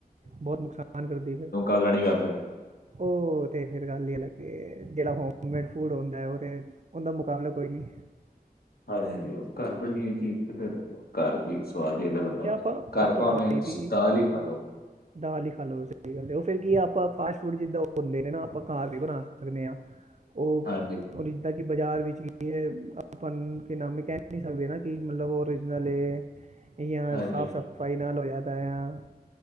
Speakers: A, on the right; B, on the left.
A: ਬੋਤ ਨੁਕਸਾਨ ਕਰਦੀ ਫਿਰ
B: <unintelligible> ਕਰਨੇ ਆ
A: ਉਹ ਤੇ ਫੇਰ ਗੱਲ ਹੀ ਅੱਲਗ ਐ, ਜਿਹੜਾ ਹੋਮਮੇਡ ਫੂਡ ਹੁੰਦਾ ਉਹ ਤੇ ਉਹਦਾ ਮੁਕਾਬਲਾ ਕੋਈ ਨੀ
B: ਹਾਂਜੀ, ਹਾਂਜੀ। ਉਹ ਘਰ ਬਣਨੀ ਚੀਜ਼ ਫੇਰ ਘਰ ਦੀ ਸਵਾਦ ਈ ਅਲੱਗ ਅੱਲਗ,
A: ਇਹ ਆਪਾਂ
B: ਘਰ
A: ਆਪਾਂ
B: ਭਾਵੇਂ
A: ਕਰੀ
B: ਤੁਸੀ
A: ਦੀ
B: ਦਾਲ ਈ ਖਾ ਲੋਓ।
A: ਦਾਲ ਹੀ ਖਾ ਲ ਲੋ। ਸਹੀ ਗੱਲ ਏ, ਉਹ ਫਿਰ ਕੀਐ ਆਪਾਂ ਫਾਸਟ ਫੂਡ ਜਿੱਦਾਂ ਉਹ ਹੁੰਦੇ ਨੇ ਨਾ ਆਪਾਂ ਘਰ ਵੀ ਬਣਾ ਸਕਦੇ ਹਾਂ। ਉਹ
B: ਹਾਂਜੀ
A: ਔਰ ਜਿੱਦਾਂ ਕਿ ਬਾਜ਼ਾਰ ਵਿੱਚ ਕੀ ਏ, ਆਪਾਂ ਕਿਨਾ ਨੂੰ ਕਹਿ ਨਹੀਂ ਸਕਦੇ ਨਾ ਕਿ ਮਤਲਬ ਓਰੀਜਨਲ ਏ ਯਾ,
B: ਹਾਂਜੀ।
A: ਸਾਫ਼-ਸਫ਼ਾਈ ਨਾਲ ਹੋਇਆ ਪਿਆ‌।